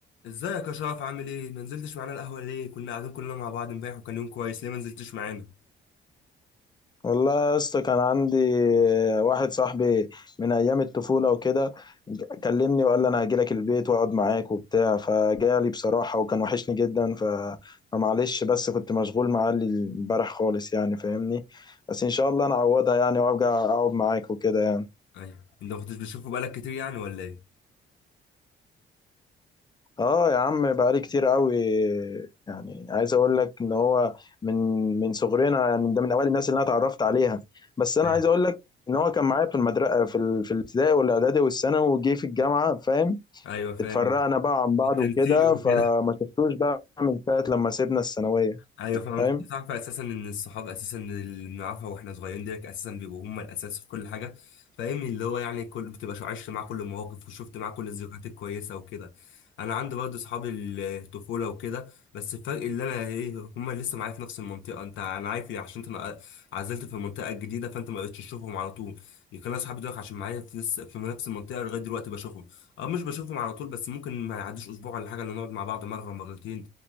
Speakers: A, on the left; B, on the left.
A: ازيك يا شرف عامل ايه ما نزلتش معانا القهوه ليه كنا قاعدين كلنا مع بعض امبارح وكان يوم كويس ليه ما نزلتش معانا
B: والله يا اسطى كان عندي واحد صاحبي من ايام الطفوله وكده كلمني وقال لي انا هجيلك البيت واقعد معاك وبتاع فجالي بصراحه وكان وحشني جدا ف فمعلش بس كنت مشغول معاه امبارح خالص يعني فاهمني بس ان شاء الله انا اعوضها يعني وارجع اقعد معاك وكده يعني.
A: ايوه انت ما كنتش بتشوفه بقالك كتير يعني ولا ايه
B: اه يا عم بقالي كتير قوي يعني عايز اقول لك ان هو من من صغرنا يعني ده من اوائل الناس اللي انا اتعرفت عليها بس انا
A: ايوه
B: عايز اقول لك ان هو كان معايا في المدرسه في ال... في الابتدائي والاعدادي والثانوي وجي في الجامعه فاهم
A: ايوه فاهم
B: اتفرقنا بقى عن بعض
A: التنسيق
B: وكده فما
A: وكده
B: شفتوش بقى من ساعه لما سيبنا الثانويه
A: ايوه فاهم
B: فاهم
A: كنت تعرف اساسا ان الصحاب اساسا اللي بنعرفها واحنا صغيرين ديت اساسا بيبقوا هم الاساس في كل حاجه فاهم اللي هو يعني كل بتبقى شو- عشت معاه كل المواقف وشفت معاه كل الذكريات الكويسه وكده انا عندي برضه صحاب الطفوله وكده بس الفرق اللي انا ايه هم لسه معايا في نفس المنطقه انت انا عارف إيه، عشان انت عزلت في المنطقه الجديده فانت ما بقتش تشوفهم على طول يمكن انا صحابي دول عشان معايا في لسه في نفس المنطقه لغايه دلوقتي بشوفهم اه مش بشوفهم على طول بس ممكن ما يعديش اسبوع ولا حاجه اللي نقعد مع بعض مره مرتين